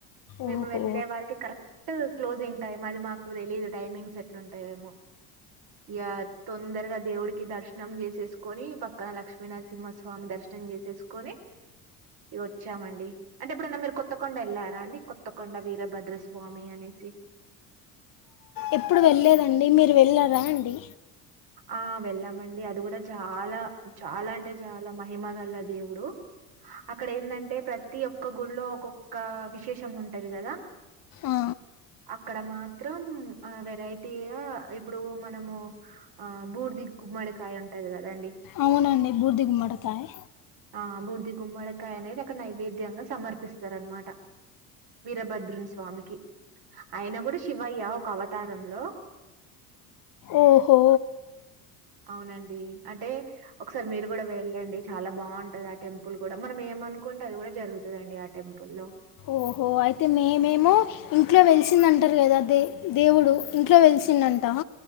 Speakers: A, on the right (about 55°); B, on the left (about 45°).
A: మేము
B: ఓహో
A: వెళ్ళే వారికి కరెక్ట్ క్లోజింగ్ టైమ్ అది మాకు తెలీదు టైమింగ్ ఎట్లు ఉంటాయేమో ఇ తొందరగా దేవుడికి దర్శం కనం చేసేసుకొని పక్కన లక్ష్మీనరసింహస్వామి దర్శనం చేసేసుకొని ఇక వచ్చామండి అంటే ఎప్పుడైన్నా మీరు కొత్తకొండ వెళ్లారా అండి కొత్తకొండ వీరభద్రస్వామి అనేసి
B: ఎప్పుడు వెళ్లేదండి మీరు వెళ్ళారా అండి
A: ఆ వెళ్ళామండి అది కూడా చాలా చాలా అంటే చాలా మహిమగల్ల దేవుడు అక్కడ ఏంటంటే ప్రతి ఒక్క గుళ్లో ఒక్కొక్క విశేషం ఉంటది కదా
B: ఆ,
A: అక్కడ మా మాత్రం వెరైటీ ఇప్పుడు మనము ఆ బూర్ది గుమ్మడికాయ ఉంటది కదండి
B: అవునండి బూర్దిిగు మడతాయి
A: ఆ బూర్ది గుమ్మడికాయ అనేది అక్కడ నైవేద్యంగా సమర్పిస్తారనమాట వీరభద్రుని స్వామికి ఆయన కూడా శివయ్య ఒక అవతారంలో
B: ఓహో
A: అవునండి అంటే ఒకసారి మీరు కూడా వెళ్ళండి చాలా బాగుంటది ఆ టెంపుల్ కూడా మనం ఏమ అనుకుంటే అది కూడా జరుగుతుందండి ఆ టెంపుల్లో
B: ఓహో అయితే మే మేమో ఇంట్లో వెలిసింద అంటారు కదా దే దేవుడు ఇంట్లో వెలిసిందంట